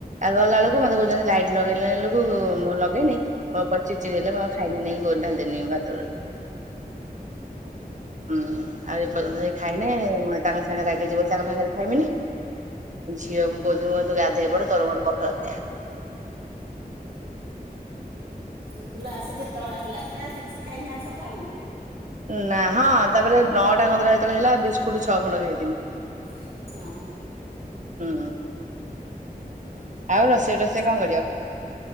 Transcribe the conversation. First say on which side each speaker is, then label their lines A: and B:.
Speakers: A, on the right; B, on the right.
A: ଆ ଗଲା ବେଳକୁ ମୋତେ କହୁଚନ୍ତି ଲାଇଟ୍ ଲଗେଇଲେ ଏଲକୁ ମୁଁ ଲ ଦେଇନି ମୋ ଉପରେ ଚିଡ ଚିଡ ହେଲେ ମୁଁ ଖାଇଲିନି ଗୋ ଢାଳିଦେନି ଭାତଗୁର। <inaudible> ହୁଁ, ଆଉ ଏପର୍ଯ୍ୟନ୍ତ ସେ ଖାଇନି ମୁଁ ତାଙ୍କ ସାଙ୍ଗରେ ରାଗିଚି ବୋଲି ତାଙ୍କ ପାଖରେ ଖାଇମିନି। ଝିଅକୁ କହୁଥୁନି ମୁଁ ତୁ ଗାଧେଇ ପଡ ତୋର ମୋର ପଖାଳ ଖାଇବା।
B: ହୁଁ, କିଲୋ ଆସିକ ଏତୋଳ ହେଲାଣି ପା କିଛି ଖାଇନା ସକାଳୁ?
A: ନା, ହଁ ତାପରେ ନଅଟା କନ୍ତୁର ଯେତେବେଳେ ହେଲା ବିସ୍କୁଟୁ ଛଅ ଖଣ୍ଡ ଖାଇଥିନି।
B: ହଁ।
A: ହୁଁ, ଆଉ ରୋଷେଇ ରୋଷେଇ କଣ କରିବ?